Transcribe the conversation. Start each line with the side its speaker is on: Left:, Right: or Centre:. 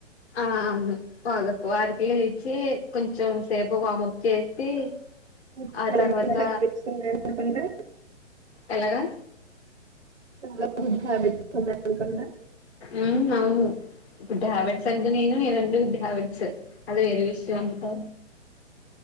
Left: ఆ ఆ అవును పావ్ దక్ వారికిలే ఇచ్చి కొంచెం చు సేపు వామప్ చేసి ఈ
Right: గుడ్
Left: ఆ తర్వాత
Right: హ్యాబిట్స్ ఉన్నాయి అనుకుంటా
Left: ఎలాగా
Right: చాలా గుడ్ హ్యాబిట్స్ ఉన్నాయి అనుకుంటా
Left: ఉహూ అవును గుడ్ హాబెట్స్ అంటే నేను నేనంటే గుడ్ హాబెట్స్ అది వేరే విషయం అనుకో